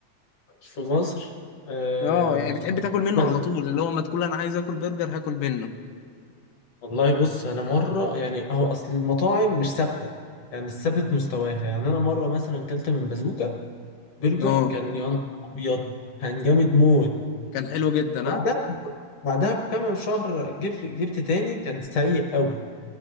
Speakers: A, on the left (about 65°); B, on the left (about 85°).
A: في مصر آه
B: اه يعني بتحب تاكل منه
A: بس-
B: على طول اللي هو ما تقول انا عايز اكل برجر هاكل منه
A: والله بص انا مره يعني هو اصل المطاعم مش ثابته يعني مش ثابت مستواها يعني انا مره مثلا كلت من بازوكا برجر
B: اه
A: كان يا نهار ابيض كان جامد موت
B: كان حلو جدا
A: بعدها
B: ها
A: بعدها بكام شهر جبت جبت تاني كان سيء قوي